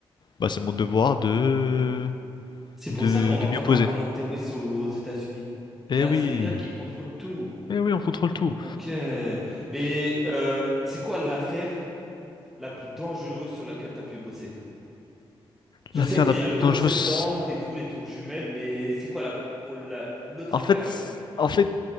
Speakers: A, on the left; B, in the centre.
A: Bah c'est mon devoir de
B: c'est
A: de,
B: pour ça qu'on n'entend
A: de m'y opposer.
B: pas vraiment de terrorisme aux États-Unis.
A: Eh
B: Il y a
A: oui,
B: la CIA qui contrôle tout.
A: eh oui, on contrôle tout.
B: Ok. Mais euh, c'est quoi l'affaire la plus dangereuse sur laquelle tu as pu bosser?
A: L'affaire
B: Je sais qu'il
A: la
B: y
A: plus
B: a le
A: dangereuse.
B: 11 septembre et tout, les tours jumelles, mais c'est quoi la, oh, la- l'autre
A: En
B: affaire
A: fait,
B: la plus dangereuse?
A: en fait,